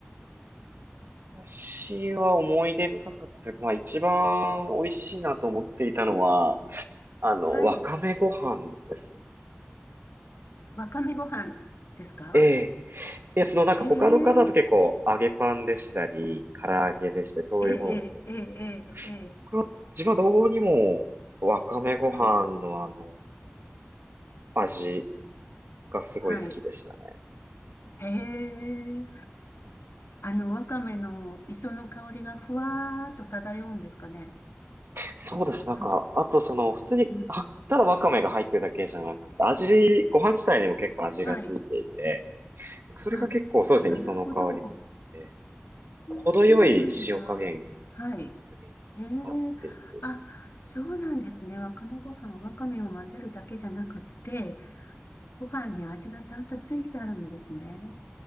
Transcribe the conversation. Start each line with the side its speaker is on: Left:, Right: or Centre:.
Right: 私は思い出深かったというか、まあ一番美味しいなと思っていたのは、あの、
Left: はい。
Right: わかめご飯です。
Left: わかめご飯ですか
Right: ええいや、そのなんか他の方と結構揚げパンでしたり、
Left: へえ、
Right: 唐揚げでしたり、そういうものだと思うんですけど、
Left: ええ、ええ、ええ、ええ、
Right: 僕は、自分はどうにもわかめご飯のあの、
Left: はい。
Right: 味がすごい好きでしたね。
Left: はい。へえ。あの、わかめの磯の香りがふわーっと漂うんですかね。
Right: そうです。なんか、
Left: と、
Right: あとその、普通に、
Left: うん
Right: は、ただわかめが入ってるだけじゃなくて、味、ご飯自体にも結構味がついていて、
Left: はい。
Right: それが結構そうですね、
Left: あ、なるほど。
Right: 磯の香りもあって、
Left: う
Right: 程よい塩加減が
Left: ーん、そうなんだ。はい。
Right: 本当に合っていて、
Left: へえ。あ、そうなんですね。わかめご飯、わかめを混ぜるだけじゃなくって、ご飯に味がちゃんとついてあるんですね。